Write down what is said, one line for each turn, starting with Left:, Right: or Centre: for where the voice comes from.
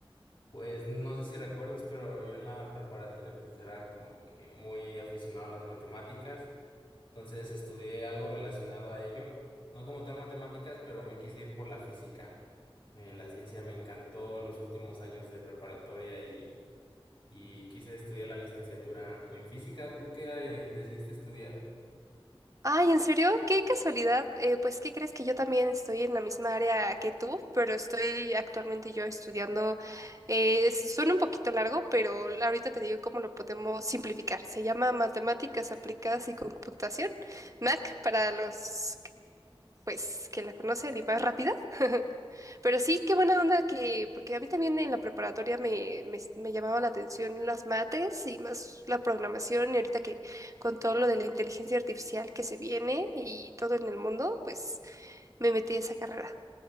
Left: Pues no sé si recuerdas, pero yo en la preparatoria pues era como que muy aficionado a las matemáticas, entonces estudié algo relacionado a ello, no como tal matemáticas, pero me quise ir por la física. Eh, la ciencia me encantó los últimos años de preparatoria y, y quise estudiar la licenciatura en física. ¿Tú qué eh, decidiste estudiar?
Right: Ay, ¿en serio? Qué casualidad. Eh, pues, ¿qué crees que yo también estoy en la misma área que tú? Pero estoy actualmente yo estudiando. eh, s- suena un poquito largo, pero ahorita te digo cómo lo podemos simplificar. Se llama Matemáticas Aplicadas y Computación, MAC, para los, que, pues, que la conocen y más rápida. <laughs> Pero sí, qué buena onda que, porque a mí también en la preparatoria me, me, me llamaba la atención las mates y más la programación y ahorita que con todo lo de la inteligencia artificial que se viene y todo en el mundo, pues me metí a esa carrera.